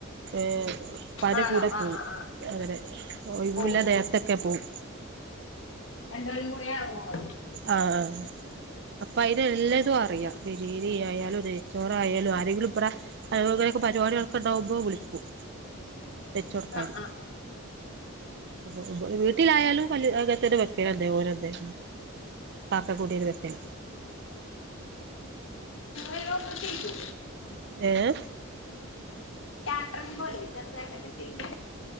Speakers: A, on the right; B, on the left.
A: ഏഹ് ഇപ്പാന്റെ
B: ആണോ
A: കൂടെ
B: ആ
A: പോവും
B: ആ ആ
A: അങ്ങനെ ഒഴിവ്ള്ള
B: ഓ ഓ
A: നേരത്തൊക്കെ പോവും
B: രണ്ടു പേരും കൂടി ആണോ പോകുന്നത്?
A: ആഹ ആ അപ്പയിനെല്ലതു അറിയാ ബിരീണി ആയാലും നെയ്ച്ചോറായാലും അരെങ്കിലുംപ്പറ അ ഇങ്ങനൊക്കെ പരിപാടിളൊക്കെണ്ടാവുമ്പോ വിളിക്കും വെച്ചൊടുക്കാന്
B: ആ ആ ആ
A: <inaudible> വട്ടിലായാലും വല അങ്ങനെതന്നെ വെക്കലു തന്നെ ഓരൂതന്നെ പാക്കക്കൂട്ടിയുടെ വെക്കൽ
B: <unintelligible>
A: ഏഹേ
B: കാറ്ററിൻ പോലെ ചെറുതായിട്ടൊക്കെ ചെയ്ത്